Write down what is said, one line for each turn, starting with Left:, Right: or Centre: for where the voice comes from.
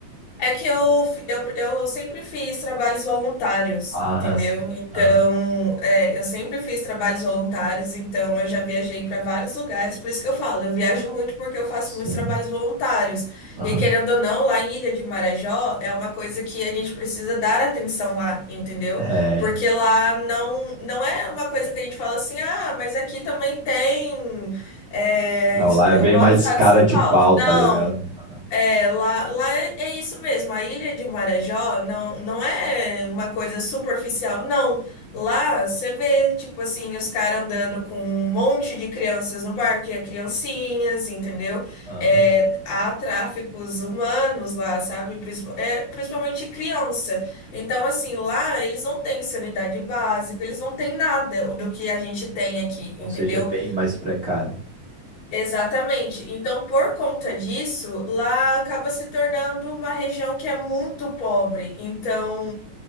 Left: É que eu, fi- eu, eu sempre fiz trabalhos voluntários,
Right: Ah,
Left: entendeu?
Right: sim.
Left: Então,
Right: Ah,
Left: é, eu sempre fiz trabalhos voluntários, então eu já viajei para vários lugares, por isso que eu falo, eu viajo muito porque eu faço
Right: sim.
Left: muitos trabalhos voluntários.
Right: Aham.
Left: E querendo ou não, lá em Ilha de Marajó é uma coisa que a gente precisa dar atenção lá, entendeu?
Right: É.
Left: Porque lá não, não é uma coisa que a gente fala assim, ah, mas aqui também tem. é,
Right: Não, lá é
Left: eu
Right: bem
Left: moro
Right: mais
Left: no estado
Right: cara
Left: de São
Right: de
Left: Paulo.
Right: pau,
Left: Não.
Right: tá ligado? Aham.
Left: É, lá, lá é, é isso mesmo. A ilha de Marajó não, não é uma coisa superficial, não. Lá você vê, tipo assim, os caras andando com um monte de crianças no barco, e é criancinhas, entendeu?
Right: Aham.
Left: É, há tráficos humanos lá, sabe? Princip- é, principalmente criança. Então, assim, lá eles não têm sanidade básica, eles não têm nada do que a gente tem aqui,
Right: Ou
Left: entendeu?
Right: seja, é bem mais precário.
Left: Exatamente. Então, por conta disso, lá acaba se tornando uma região que é muito pobre. Então,